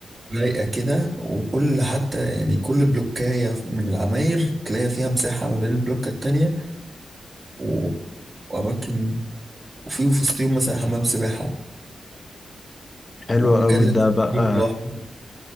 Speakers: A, on the right; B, on the left.
A: رايقة كده وكل حتى يعني كل بلوكاية من العماير تلاقي فيها مساحة ما بين البلوكة التانية و- وأماكن وفي وفي وسطهم مثلا حمام سباحة
B: حلو
A: ومكان
B: قوي
A: للتسليك
B: ده بقى
A: لوحده